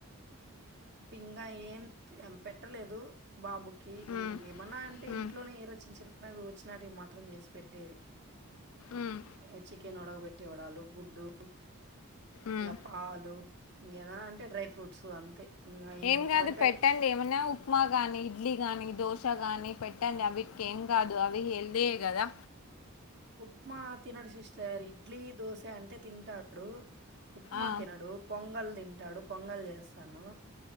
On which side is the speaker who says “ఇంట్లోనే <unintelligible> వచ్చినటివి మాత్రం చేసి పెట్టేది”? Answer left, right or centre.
Right